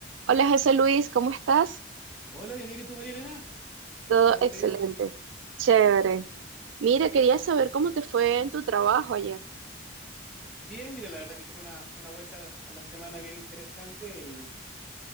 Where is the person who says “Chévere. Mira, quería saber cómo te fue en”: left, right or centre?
Right